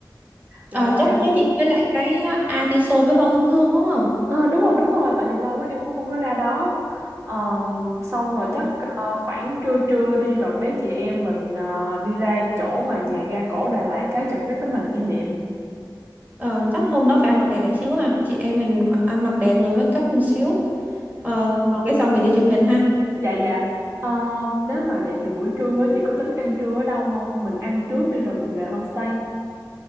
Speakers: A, on the right; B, on the right.
A: Lâu
B: à,
A: quá
B: chắc
A: em không
B: chắc chị với lại cái atiso với hoa hướng dương đúng không
A: Ờ, đúng rồi đúng rồi tại vì lâu quá em cũng không có ra đó Ờ, xong rồi chắc ờ, khoảng trưa trưa đi rồi mấy chị em mình ờ, đi ra chỗ mà nhà ga cổ Đà Lạt á chụp mấy tấm hình kỷ niệm
B: Ờ, chắc hôm đó phải ăn mặc đẹp đẹp xíu ha chị em mình ăn mặc đẹp rồi make up một xíu Ờ, rồi cái xong mình đi chụp hình ha
A: dạ dạ Ờ, nếu mà vậy thì buổi trưa á, chị có tính ăn trưa ở đâu không mình ăn trước đi rồi mình về homestay